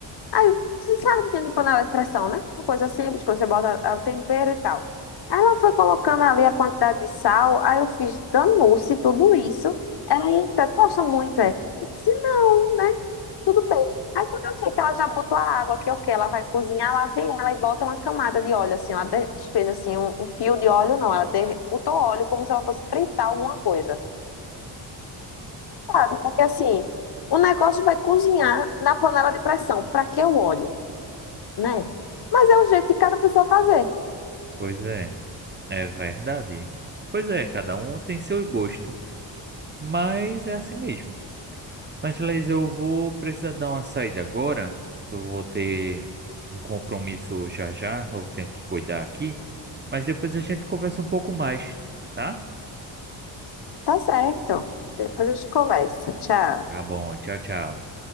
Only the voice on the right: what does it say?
Pois é, é verdade. Pois é, cada um tem seu gosto, mas é assim mesmo. Mas, Laís, eu vou precisar dar uma saída agora. Eu vou ter um compromisso já já. Eu tenho que cuidar aqui. Mas depois a gente conversa um pouco mais, tá?
Tá bom. Tchau, tchau.